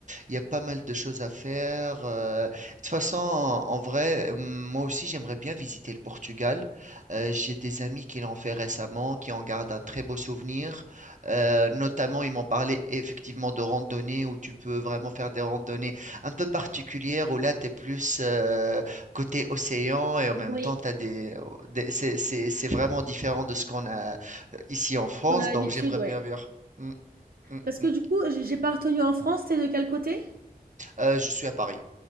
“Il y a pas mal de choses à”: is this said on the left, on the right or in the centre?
Right